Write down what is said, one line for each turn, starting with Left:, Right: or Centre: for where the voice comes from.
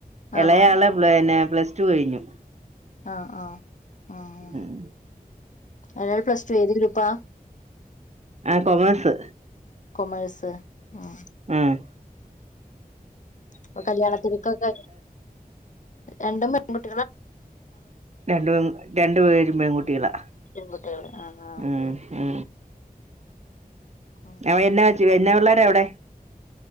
Right: ഇളയാല
Left: ആണോ
Right: പ്ലസ് ച കഴിഞ്ഞു
Left: ആഹ ആഹ
Right: ഉം
Left: ആ അൽ പ്ലസ് ടു ഏത് ഗ്രൂപ്പാ
Right: ആഹ കൊമഴസ്
Left: കൊമേഴ്സ് ഉ
Right: ആഹ
Left: പ്പ കല്യാണത്തിക്കൊക്കെ രണ്ടും പെൺകുട്ടി
Right: രണ്ട പ രണ്ടു പേരും പെൺകുട്ടികളാ
Left: പെൺകുട്ടികള് ആഹ് ആഹ്
Right: ഉ ഉ
Left: ഉം
Right: അവ എ എന്നെ പിള്ളേരെ എവിടെ